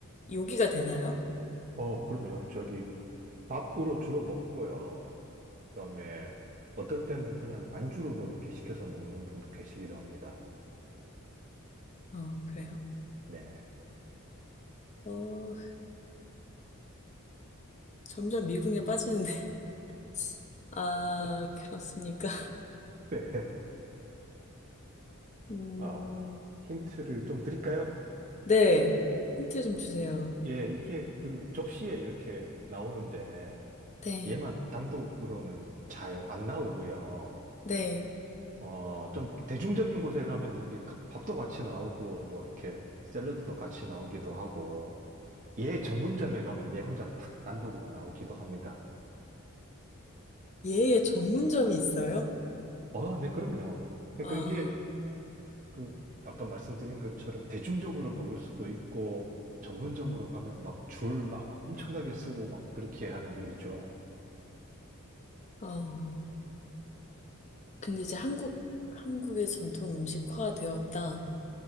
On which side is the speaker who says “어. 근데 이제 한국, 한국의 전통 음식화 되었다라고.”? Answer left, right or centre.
Left